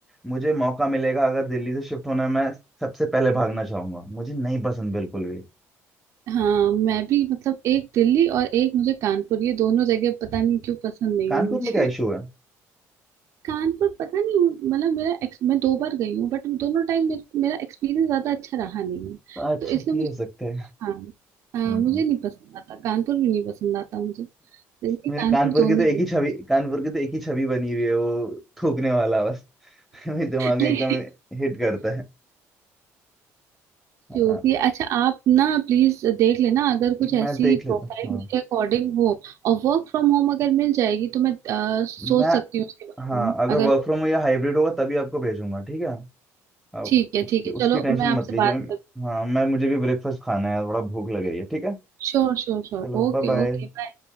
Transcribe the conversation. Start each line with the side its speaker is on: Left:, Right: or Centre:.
Centre: मुझे मौका मिलेगा अगर दिल्ली से शिफ्ट होने में सबसे पहले भागना चाहूंगा मुझे नहीं पसंद बिल्कुल भी
Right: हाँ मैं भी मतलब एक दिल्ली और एक मुझे कानपुर ये दोनों जगह पता नहीं क्यों पसंद नहीं
Centre: कानपुर
Right: है मुझे
Centre: में क्या इशू है
Right: कानपुर पता नहीं मतलब मेरा ex- मैं दो बार गई हूँ बट दोनों टाइम मेर, मेरा एक्सपीरियंस ज्यादा अच्छा रहा नहीं है
Centre: अच्छा
Right: तो इसलिए
Centre: ये
Right: मुझे
Centre: हो सकता
Right: हाँ हाँ,
Centre: है
Right: मुझे नहीं पसंद आता कानपुर भी नहीं पसंद आता मुझे दिल्ली
Centre: मेरे
Right: कानपुर
Centre: कानपुर
Right: दोनों
Centre: की तो
Right: ही
Centre: एक ही छवि कानपुर की तो एक ही छवि बनी हुई है वो थूकने वाला बस <laughs> मेरे दिमाग में
Right: लेकिन
Centre: एकदम हिट करता है हाँ,
Right: जो भी है, अच्छा आप ना प्लीज देख लेना अगर कुछ ऐसी
Centre: मैं देख लेता
Right: प्रोफाइल
Centre: हूँ हाँ
Right: के अकॉर्डिंग हो और वर्क फ्रॉम होम अगर मिल जाएगी तो मैं अ, सोच
Centre: मैं
Right: सकती हूँ उसके बारे
Centre: हाँ
Right: में
Centre: अगर
Right: अगर
Centre: वर्क
Right: कुछ
Centre: फ्रॉम या हाइब्रिड होगा तभी आपको भेजूंगा ठीक है आप
Right: ठीक है
Centre: उसकी
Right: ठीक है चलो
Centre: उसकी टेंशन
Right: मैं आपसे
Centre: मत लीजिए
Right: बात कर
Centre: हाँ मैं मुझे भी ब्रेकफास्ट खाना है थोड़ा भूख लग रही है ठीक है
Right: Sure sure sure
Centre: चलो
Right: okay
Centre: बाय बाय
Right: okay bye